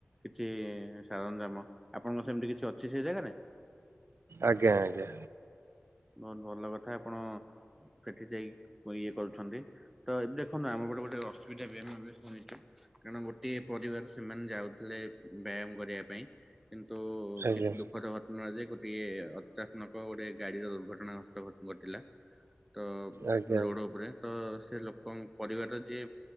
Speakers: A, in the centre; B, on the right.
A: କିଛି ସରଞ୍ଜାମ ଆପଣଙ୍କର ସେମତି କିଛି ଅଛି ସେ ଜାଗାରେ।
B: ଆଜ୍ଞା ଆଜ୍ଞା।
A: ବହୁତ ଭଲ କଥା ଆପଣ ସେଠି ଯାଇ ଇଏ କରୁଛନ୍ତି ତ ଏ ଦେଖନ୍ତୁ ଆମ ଗୋଟେ ଗୋଟେ ଅସୁବିଧା ବି ହୁଏ ମେ ବି ଶୁଣିଛ କାରଣ ଗୋଟିଏ ପରିବାର ସେମାନେ ଯାଉଥିଲେ ବ୍ୟାୟାମ କରି ବା ପାଇଁ କିନ୍ତୁ
B: ଆଜ୍ଞା
A: ଟେ ଦୁଃଖଦ ଘଟଣା ଯେ ଗୋଟିଏ ଅଚାସ୍ମକ ଗୋଟେ ଗାଡିର ଘଟଣା ଗ୍ରସ୍ତ ଘଟ ଘଟିଲା ତ
B: ଆଜ୍ଞା ଆଜ୍ଞା
A: ରୋଡ ଉପରେ ତ ସେ ଲୋକଙ୍କ ପରିବାର ଯିଏ